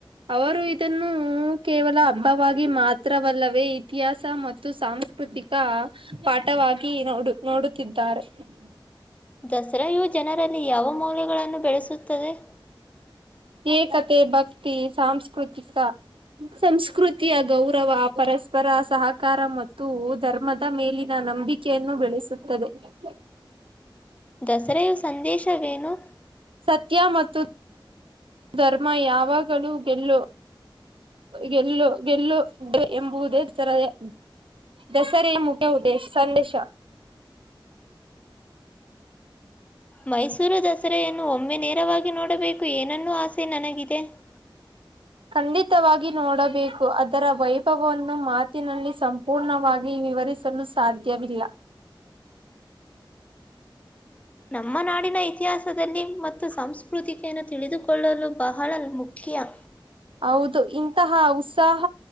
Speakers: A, on the right; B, on the left.
A: ಹ <inaudible> ಅವರು ಇದನ್ನು ಕೇವಲ ಹಬ್ಬವಾಗಿ ಮಾತ್ರವಲ್ಲವೇ ಇತಿಹಾಸ ಮತ್ತು ಸಾಮ್ <unintelligible> ಕೃತಿಕ ಪಾಠವಾಗಿ ನೋಡು ನೋಡುತ್ತಿದ್ದಾರೆ <unintelligible>
B: ದಸರೆಯು ಜನರಲ್ಲಿ ಯಾವ ಮೌಲ್ಯಗಳನ್ನು ಬೆಳೆಸುತ್ತದೆ <unintelligible>
A: ಏಕತೆ ಭಕ್ತಿ ಸಾಂಸ್ಕೃತಿಕ <unintelligible> ಸಂಸ್ಕೃತಿಯ ಗೌರವ ಪರಸ್ಪರ ಸಹಕಾರ ಮತ್ತು ಧರ್ಮದ ಮೇಲಿನ ನಂಬಿ <unintelligible> ಚ್ಚಿಯನ್ನು ಬೆಳೆಸುತ್ತದೆ <unintelligible>
B: ದಸರೆಯು ಸಂದೇಶವೇನು <unintelligible>
A: ಸತ್ಯ ಮತ್ತು ಧರ್ಮ ಯಾವಾಗಲೂ ಗೆಲ್ಲು <unintelligible> ಗೆಲ್ಲು ಗೆಲ್ಲು ಎಂಬುವುದೇ ತರದೆೇ <unintelligible> ದಸರೆಯ ಮುಖ್ಯ ಉದ್ದೇಶ ಸಂದೇಶ <unintelligible>
B: ಮೈಸೂರು ದಸರೆಯನ್ನು ಒಮ್ಮೆ ನೇರವಾಗಿ ನೋಡಬೇಕು ಏನನ್ನೂ ಆಸೆ ನನಗಿದೆ <unintelligible>
A: ಖಂಡಿತವಾಗಿ ನೋಡಬೇಕು ಅದರ ವೈಭವವನ್ನು ಮಾತಿನಲ್ಲಿ ಸಂ <unintelligible> ಪೂರ್ಣವಾಗಿ ವಿವರಿಸಲು ಸಾಧ್ಯವಿಲ್ಲ
B: ನಮ್ಮ ನಾಡಿನ ಇತಿಹಾಸದಲ್ಲಿ ಮತ್ತು ಸಂಸ್ಕೃತಿಕಿಯನ್ನು ತಿಳಿದುಕೊಳ್ಳಲು ಬಹಳ ಮುಖ್ಯ
A: ಹೌದು ಇಂತಹ ಉತ್ಸಾಹ